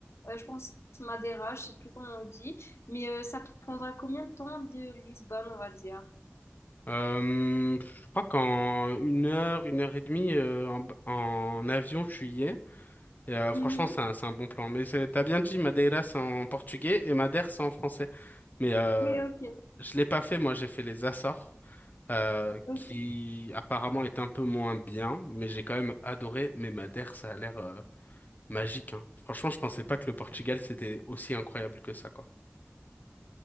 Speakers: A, on the left (about 75°); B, on the left (about 40°).
A: Euh, je pense Madeira, je sais plus comment on dit. Mais euh, ça prendra combien de temps de Lisbonne, on va dire?
B: Euh, je crois qu'en une heure, une heure et demie euh, en, b- en avion, je suis y ai. Et, euh,
A: Mhm.
B: franchement, c'est un, c'est un bon plan. Mais c'est- t'as bien dit, Madeira, c'est en portugais et Madère, c'est en français. Mais euh,
A: Oui, ok.
B: je l'ai pas fait, moi, j'ai fait les Açores. euh,
A: Ok.
B: qui apparemment est un peu moins bien, mais j'ai quand même adoré. Mais Madère, ça a l'air euh, magique, hein. Franchement, je pensais pas que le Portugal, c'était aussi incroyable que ça, quoi.